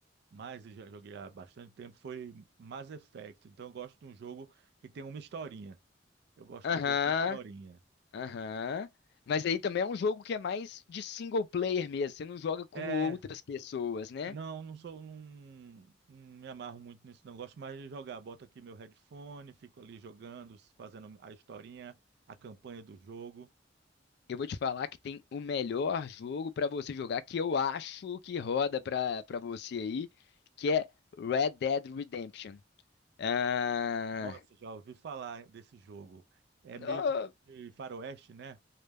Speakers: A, on the right; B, on the left.
A: mas eu já joguei há bastante tempo, foi Mass Effect. Então eu gosto de um jogo que tem uma historinha. Eu gosto
B: aham,
A: de jogo com historinha.
B: aham. Mas aí também é um jogo que é mais de single player mesmo. Você não joga com
A: É,
B: outras pessoas, né?
A: não, não sou, não, não me amarro muito nisso, não. Gosto mais de jogar. Boto aqui meu headphone, fico ali jogando, fazendo a historinha, a campanha do jogo.
B: Eu vou te falar que tem o melhor jogo pra você jogar, que eu acho que roda pra para você aí, que é Red Dead Redemption. Ah,
A: Nossa, já ouvi falar desse jogo. É meio
B: oh,
A: de, de faroeste, né?